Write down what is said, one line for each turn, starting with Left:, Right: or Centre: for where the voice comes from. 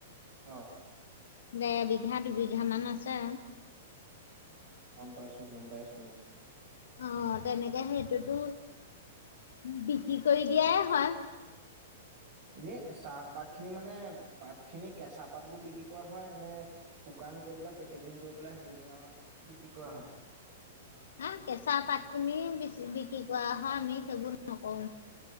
Right: অ'
Left: দেৰ বিঘা, দুবিঘা মান আছে।
Right: উম, গ'ম পাইছো, গ'ম পাইছো।
Left: অ' তেনেকে সেইটোতো বিক্ৰী কৰি দিয়াই হয়।
Right: এনে চাহপাত খিনি মানে পাত খিনি কেঁচা পাতবোৰ বিক্ৰী কৰা হয় নে শুকান কৰি পেলাই পেকেজিং কৰি পেলাই হেৰি কৰা হয় বিক্ৰী কৰা হয়?
Left: হ কেঁচা পাতখিনি বিক্ৰী কৰা হয় আমি সেইবোৰ নকৰো।